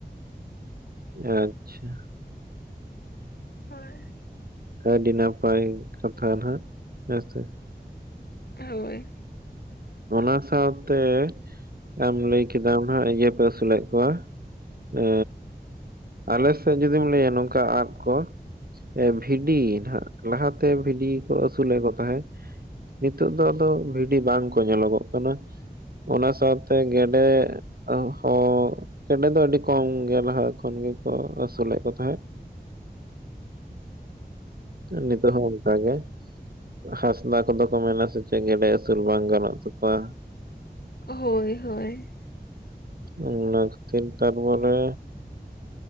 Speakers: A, on the right (about 65°); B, on the left (about 70°).
A: ᱟᱪᱪᱷᱟ
B: ᱦᱳᱭ
A: ᱟᱹᱰᱤ ᱱᱟᱯᱟᱭ ᱠᱟᱛᱷᱟ ᱱᱟᱦᱟᱜ ᱦᱮᱸᱥᱮ᱾
B: ᱦᱚᱭ
A: ᱚᱱᱟ ᱥᱟᱶᱛᱮ ᱟᱢ ᱞᱟᱹᱭ ᱠᱮᱫᱟᱢ ᱱᱟᱦᱟᱜ ᱤᱭᱟᱹᱯᱮ ᱟᱹᱥᱩᱞᱮᱫ ᱠᱚᱣᱟ᱾ ᱮ ᱟᱞᱮ ᱥᱮᱫ ᱡᱩᱫᱤᱢ ᱞᱟᱹᱭᱟ ᱱᱚᱝᱠᱟ ᱟᱫᱽ ᱠᱚ ᱮ ᱵᱷᱤᱰᱤ ᱱᱟᱦᱟᱜ ᱞᱟᱦᱟ ᱛᱮ ᱵᱷᱤᱰᱤ ᱠᱚ ᱟᱹᱥᱩᱞᱮᱫ ᱠᱚ ᱛᱟᱦᱮᱸ ᱾ ᱱᱤᱛᱚᱜ ᱫᱚ ᱟᱫᱚ ᱵᱷᱤᱰᱤ ᱵᱟᱝᱠᱚ ᱧᱮᱞᱚᱜᱚᱜ ᱠᱟᱱᱟ ᱾ ᱚᱱᱟ ᱥᱟᱶᱛᱮ ᱜᱮᱰᱮ ᱟ ᱦᱚᱸ ᱜᱮᱰᱮ ᱫᱚ ᱟᱹᱰᱤ ᱠᱚᱢ ᱜᱮ ᱱᱟᱦᱟᱜ ᱮᱠᱷᱚᱱ ᱜᱮᱠᱚ ᱟᱹᱥᱩᱞᱮᱫ ᱠᱚ ᱛᱟᱦᱮᱸ ᱾ ᱱᱤᱛᱚᱜ ᱦᱚᱸ ᱚᱱᱠᱟ ᱜᱮ ᱾ ᱦᱟᱸᱥᱫᱟ ᱠᱚᱫᱚ ᱠᱚ ᱢᱮᱱᱟ ᱥᱮ ᱪᱮᱫ ᱜᱮᱰᱮ ᱟᱹᱥᱩᱞ ᱵᱟᱝ ᱜᱟᱱᱚᱜ ᱛᱟᱠᱚᱣᱟ?
B: ᱦᱳᱭ ᱦᱳᱭ
A: ᱚᱱᱟ ᱠᱷᱟᱛᱤᱨ ᱛᱟᱨᱯᱚᱨᱮ